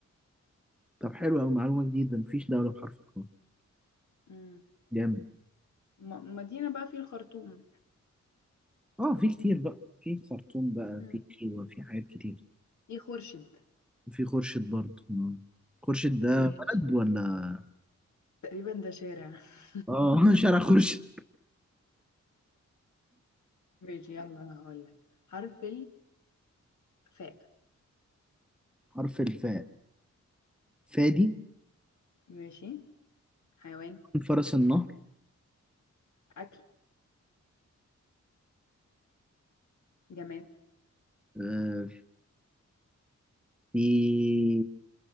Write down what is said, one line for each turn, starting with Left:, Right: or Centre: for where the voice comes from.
Centre: طب حلو قوي معلومة جديدة مفيش دولة بحرف القاف
Left: مم.
Centre: جامد
Left: م- مدينة بقى في الخرطوم
Centre: اه في كتير بقى في خرطوم بقى
Left: مم.
Centre: في كيوة في حاجات كتير
Left: في خورشيد
Centre: وفي خورشيد برضه آه. خورشيد ده
Left: ماشي
Centre: بلد ولا
Left: تقريبا ده شارع <laughs>
Centre: اه <laughs> شارع خورشيد
Left: ماشي يلا انا هقول لك حرف الفاء
Centre: حرف الفاء فادي
Left: ماشي حيوان
Centre: فرس النهر
Left: اكل جماد
Centre: آه في